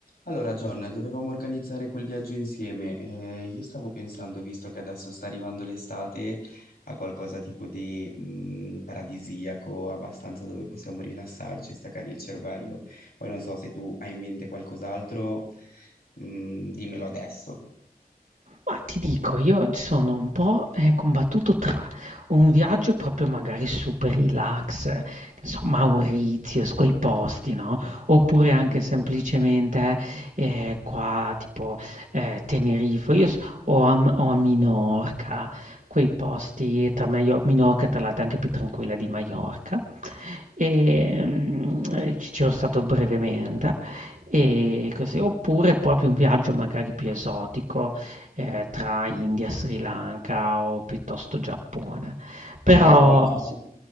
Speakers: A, on the left; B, on the right.
A: Allora, John, dovevamo organizzare quel viaggio insieme. Eh, io stavo pensando, visto che adesso sta arrivando l'estate, a qualcosa tipo di mh, paradisiaco, abbastanza dove possiamo rilassarci e staccare il cervello. Poi non so se tu hai in mente qualcos'altro, mh, dimmelo adesso.
B: Ma ti dico, io sono un po', eh, combattuto tra un viaggio proprio magari super relax, eh, che so, Mauritius, quei posti, no? Oppure
A: Bello,
B: anche semplicemente eh, qua, tipo eh, Tenerife, io s- o a, M- o a Minorca, quei posti, tra meglio, Minorca tra l'altro è anche più tranquilla di Maiorca, e, mhmm, ehm, ci c'ero stato brevemente e così. Oppure proprio un viaggio magari più esotico, ehm, tra India, Sri Lanka o piuttosto Giappone. Però
A: wow.
B: sì,